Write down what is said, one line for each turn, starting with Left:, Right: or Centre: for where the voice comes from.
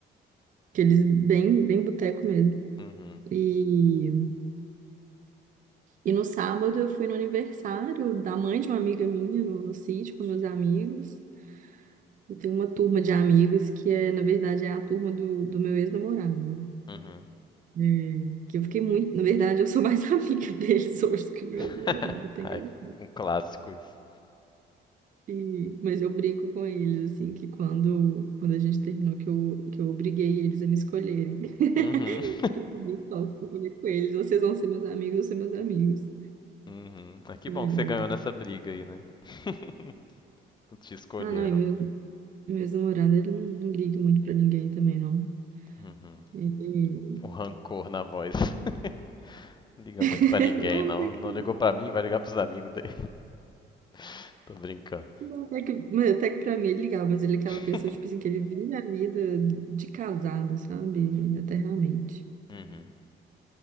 Right: Aqueles bem, bem boteco mesmo.
Left: Uhum.
Right: E, e no sábado eu fui no aniversário da mãe de uma amiga minha, no, no sítio, com meus amigos. Eu tenho uma turma de amigos que é, na verdade, é a turma do, do meu ex-namorado.
Left: Uhum.
Right: É, que eu fiquei muito. Na verdade, eu sou mais <laughs> amiga deles hoje do que meu
Left: <laughs>
Right: ex-namorado. Tem
Left: Ai,
Right: engraçado
Left: um clássico isso.
Right: E, mas eu brigo com eles, assim, que quando, quando a gente terminou, que eu, que eu obriguei eles a me escolherem. <laughs>
Left: Uhum. <laughs>
Right: Que eu falei, "Ó, eu falei com eles, vocês vão ser meus amigos, eu ser meus amigos.
Left: Uhum. Ah, que
Right: Foi-
Left: bom que você ganhou nessa briga aí, né? <laughs> Te escolheram.
Right: Ah, não, e meu, meu ex-namorado, ele não, não liga muito pra ninguém também, não.
Left: Uhum.
Right: Ele...
Left: O rancor na voz. <laughs> Não Liga muito
Right: <laughs>
Left: pra ninguém,
Right: Não,
Left: não.
Right: até que
Left: Não
Right: não.
Left: ligou pra mim, vai ligar pros amigos dele. <laughs> Tô brincando.
Right: não, até que, mas até que pra mim ele ligava, mas ele é aquela
Left: <laughs>
Right: pessoa, tipo assim, que ele vive a vida de casado, sabe? Eternamente.
Left: Uhum.